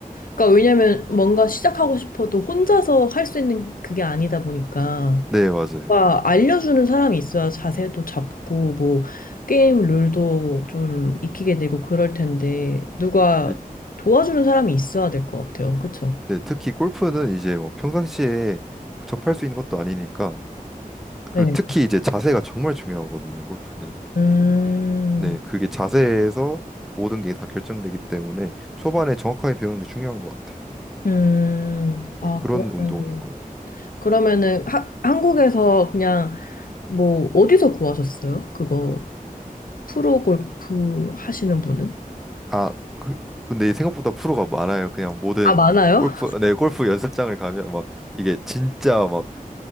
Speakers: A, on the left; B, in the centre.
A: 그러니까 왜냐면 뭔가 시작하고 싶어도 혼자서 할 수 있는 그게 아니다 보니까.
B: 네, 맞아요.
A: 뭔가 알려주는 사람이 있어야 자세도 잡고 뭐 게임 룰도 좀 익히게 되고 그럴 텐데 누가
B: 이-
A: 도와주는 사람이 있어야 될 것 같아요. 그쵸?
B: 네, 특히 골프는 이제 뭐 평상시에 접할 수 있는 것도 아니니까 그리고
A: 네.
B: 특히 이제 자세가 정말 중요하거든요, 골프는.
A: 음,
B: 네, 그게 자세에서 모든 게 다 결정되기 때문에 초반에 정확하게 배우는 게 중요한 것 같아요.
A: 음,
B: 네,
A: 아,
B: 그런
A: 그러면,
B: 운동인 거예요.
A: 그러면은 하, 한국에서 그냥 뭐 어디서 구하셨어요? 그거 프로 골프 하시는 분은?
B: 아, 그, 근데 생각보다 프로가 많아요. 그냥 모든
A: 아, 많아요?
B: 골프, 네, 골프 연습장을 가면 막 이게 진짜 막